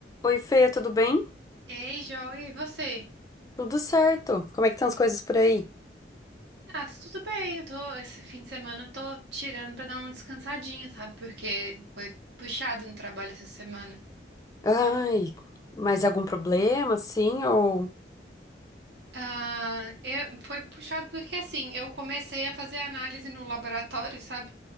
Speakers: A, on the left; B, on the right.
A: Oi, Fê, tudo bem?
B: Ei, joia, e você?
A: Tudo certo. Como é que estão as coisas por aí?
B: Ah, tá tudo bem. Eu tô, esse fim de semana eu tô tirando pra dar uma descansadinha, sabe? Porque foi puxado no trabalho essa semana.
A: Ai, mas algum problema, assim, ou...
B: Ah, eu- foi puxado porque assim, eu comecei a fazer análise no laboratório, sabe?